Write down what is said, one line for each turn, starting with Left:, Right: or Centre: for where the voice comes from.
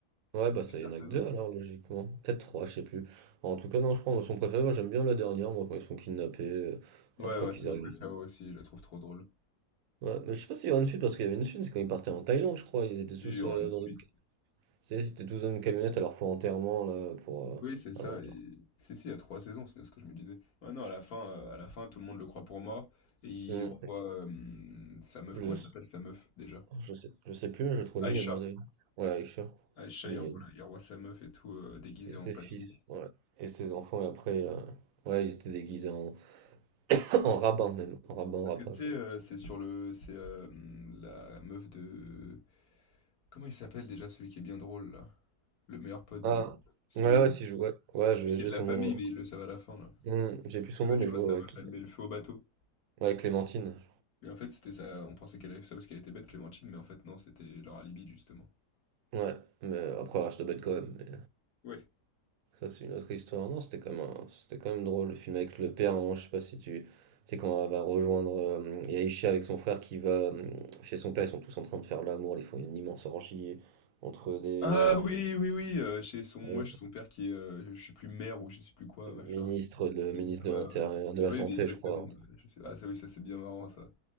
Right: Ouais,
Left: C'est
Right: bah,
Left: la
Right: ça,
Left: dernière
Right: y en a
Left: saison.
Right: que 2 alors, logiquement. Peut-être 3 je sais plus. En tout cas, non, je prends son préféré, moi, j'aime bien la dernière, moi, quand ils sont kidnappés, euh,
Left: Ouais,
Right: après
Left: ouais,
Right: qu'ils
Left: c'est ma
Right: arrivent.
Left: préférée aussi, je la trouve trop drôle.
Right: Ouais, mais je sais pas s'il y aura une suite, parce qu'il y avait une suite, c'est quand ils partaient en Thaïlande, je crois, ils étaient tous
Left: Il y aura
Right: euh,
Left: une suite.
Right: dans une... Tu sais, ils étaient tous dans une camionnette à leur plan enterrement, là, pour... euh,
Left: Oui, c'est ça.
Right: avant de partir.
Left: Et... Si, si, il y a trois saisons, c'est bien ce que je me disais. Ouais, non, à la fin, euh, à la fin, tout le monde le croit pour mort. Et il
Right: Hum,
Left: revoit euh, sa meuf.
Right: Je,
Left: Comment elle s'appelle sa meuf déjà?
Right: je sais je sais plus, mais je le trouve
Left: Aïcha,
Right: mignonne, mon d'ailleurs. Ouais,
Left: je crois.
Right: Aïcha,
Left: Aïcha,
Right: c'est mignonne.
Left: il revoit, il revoit sa meuf et tout, euh, déguisée
Right: Et ses
Left: en papy.
Right: fils, ouais. Et ses enfants, et après... euh, Ouais, ils étaient déguisés en, <laughs> en rabbin, même. En rabbin,
Left: Parce
Right: rabbin,
Left: que tu sais,
Right: je
Left: euh, c'est sur le. C'est euh, la meuf de. Comment il s'appelle déjà celui qui est bien drôle là? Le meilleur pote
Right: Ah,
Left: de. Celui,
Right: ouais, ouais, si je vois. Ouais,
Left: celui
Right: j'ai
Left: qui
Right: j'ai
Left: est de
Right: son
Left: la famille,
Right: nom. ouais.
Left: mais il le savent à la fin là.
Right: Hmm, j'ai plus son
Left: Et
Right: nom,
Left: bah
Right: mais
Left: tu vois,
Right: je vois
Left: sa
Right: ouais,
Left: meuf,
Right: qui
Left: elle
Right: c'est.
Left: met le feu au bateau.
Right: Ouais, Clémentine.
Left: Mais en fait, c'était ça, on pensait qu'elle avait fait ça parce qu'elle était bête, Clémentine, mais en fait, non, c'était leur alibi, justement.
Right: Ouais, mais après, elle reste bête quand même. mais
Left: Ouais.
Right: ça, c'est une autre histoire. Non, c'était quand même, un- c'était quand même drôle, le film avec le père. hein, je sais pas si tu. Tu sais, quand elle va rejoindre euh, Yaisha avec son frère qui va euh, chez son père, ils sont tous en train de faire l'amour. Ils font une immense orgie entre des
Left: Ah oui, oui, oui, euh, chez son,
Right: euh,
Left: ouais, chez son père qui est, euh, je sais plus maire ou je sais plus quoi, machin,
Right: ministres, le
Left: ministre,
Right: ministre de
Left: ouais,
Right: l'Intérieur,
Left: ouais.
Right: de la
Left: Oui,
Right: Santé,
Left: mais exactement.
Right: je crois.
Left: ouais, je sais- Ah ça, oui, ça c'est bien marrant, ça.